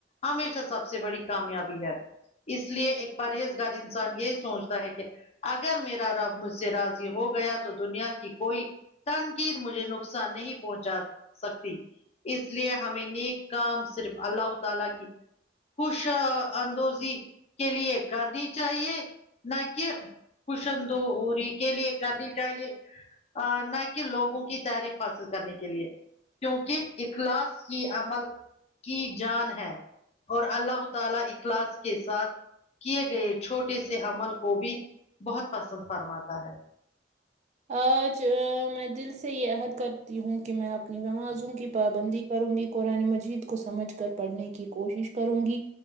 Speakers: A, on the left; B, on the right.
A: ہمیشہ سب سے بڑی کامیابی ہے اس لیے ایک پرہیز گار انسان یہی سوچتا ہے کہ اگر میرا رب مجھ سے راضی ہو گیا تو دنیا کی کوئی تنقید مجھے نقصان نہیں پہنچا سکتی اس لیے ہمیں نیک کام صرف اللہ تعالی کی خوش اندوزی کے لیے کرنی چاہیے نہ کہ خوش اندو ہووری کے لیے کرنی چاہیے اا نہ کہ لوگوں کی تعریف حاصل کرنے کے لیے کیونکہ اخلاص کی عمل کی جان ہے اور اللہ تعالی اخلاص کے ساتھ کیے گئے چھوٹے سے عمل کو بھی بہت پسند فرماتا ہے
B: آج میں دل سے یہ عہد کرتی ہوں کہ میں اپنی نمازوں کی پابندی کروں گی قرآن مجید کو سمجھ کر پڑھنے کی کوشش کروں گی